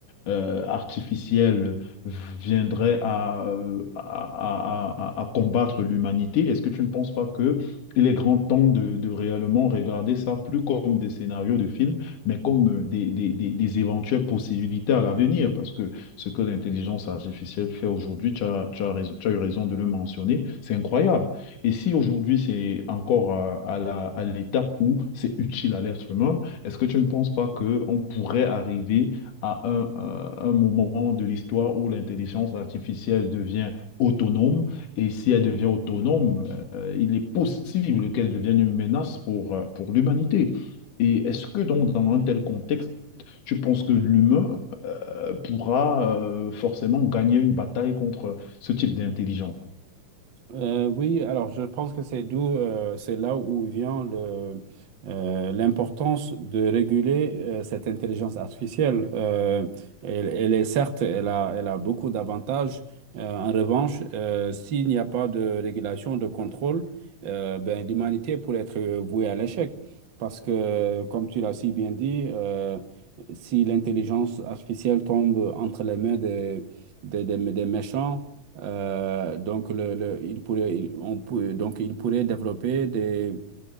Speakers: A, on the left; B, on the right.
A: euh, artificielle viendraient à, euh, à, à- à- à combattre l'humanité, est-ce que tu ne penses pas que il est grand temps de, de réellement regarder ça plus comme des scénarios de films, mais comme euh, des, des, des, des éventuelles possibilités à l'avenir? Parce que ce que l'intelligence artificielle fait aujourd'hui, tu as, tu as raison- tu as eu raison de le mentionner, c'est incroyable. Et si aujourd'hui c'est encore à, à la- à l'étape où c'est utile à l'être humain, est-ce que tu ne penses pas qu'on pourrait arriver à un, euh, un moment de l'histoire où l'intelligence artificielle devient autonome? Et si elle devient autonome, euh, il est possible qu'elle devienne une menace pour, euh, pour l'humanité. Et est-ce que donc dans un tel contexte, tu penses que l'humain euh, pourra euh, forcément gagner une bataille contre ce type d'intelligence?
B: Euh, oui, alors je pense que c'est d'où, euh, c'est là où vient le, euh, l'importance de réguler euh, cette intelligence artificielle. Euh, elle, elle est certes, elle a, elle a beaucoup d'avantages. Euh, en revanche, euh, s'il n'y a pas de régulation, de contrôle, euh, ben, l'humanité pourrait être euh, vouée à l'échec. Parce que, comme tu l'as si bien dit, euh, si l'intelligence artificielle tombe entre les mains des, des, des des méchants, euh, donc, le, le- il pourrait, il- on, peut- donc, il pourrait développer des,